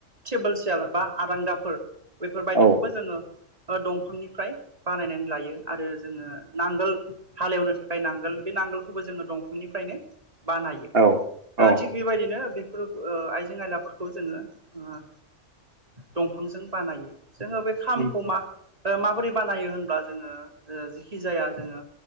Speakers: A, on the right; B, on the right.
A: टेबोल, सियार बा आरांगाफोर बेफोरबादिखौबो
B: औ
A: जोङो दंफांनिफ्राय बानायनानै लायो आरो जोङो नांगोल हालेवनो थाखाय नांगोल बे नांगोलखौबो जोङो दंफांनिफ्रायनो बानायो।
B: औ औ
A: थिग ओ बेबायदिनो बेफोर ओ आइ जें आइलाफोरखौ जोङो दंफांजों बानायो। जोङो बे खामखौ
B: उम
A: मा माबोरै बानायो होन बा जोङो जिखि जाया जोङो